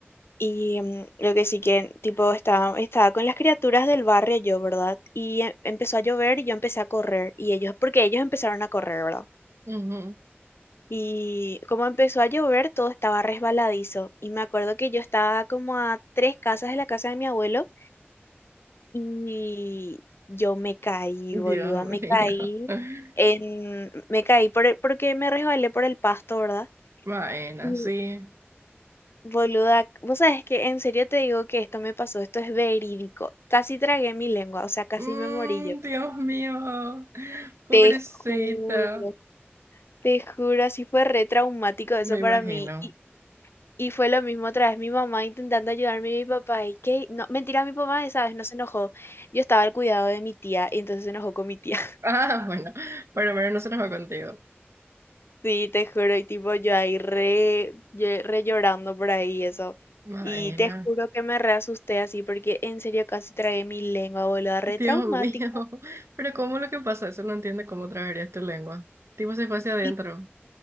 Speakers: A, on the left; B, on the right.
A: Y mm, lo que sí que, tipo, estaba, estaba con las criaturas del barrio yo, ¿verdad? Y em- empezó a llover y yo empecé a correr. Y ellos, porque ellos empezaron a correr, ¿verdad?
B: ujú.
A: Y como empezó a llover, todo estaba resbaladizo. Y me acuerdo que yo estaba como a tres casas de la casa de mi abuelo Y yo me caí,
B: Dios
A: boluda, me
B: mío.
A: caí
B: <laughs>
A: en, me caí por el- porque me resbalé por el pasto, ¿verdad?
B: Bueno,
A: Y
B: sí.
A: boluda, vos sabés que en serio te digo que esto me pasó, esto es verídico. Casi tragué mi lengua, o sea, casi
B: Mm,
A: me morí yo.
B: Dios mío, pobrecita,
A: Te juro, te juro, así fue re traumático eso
B: me imagino.
A: para mí. Y, y fue lo mismo otra vez, mi mamá intentando ayudarme y mi papá. Y que, no, mentira, mi papá, esa vez no se enojó. Yo estaba al cuidado de mi tía y entonces se enojó con mi tía.
B: Ah, bueno, pero bueno, no se nos va contigo.
A: Sí, te juro, y tipo yo ahí re, lle- re llorando por ahí eso.
B: Maena,
A: Y te juro que me re asusté así porque en serio casi tragué mi lengua, boluda, re
B: Dios
A: traumático.
B: mío, pero ¿cómo lo que pasa? Eso no entiende cómo tragarías tu lengua. Tipo se fue hacia adentro.
A: Y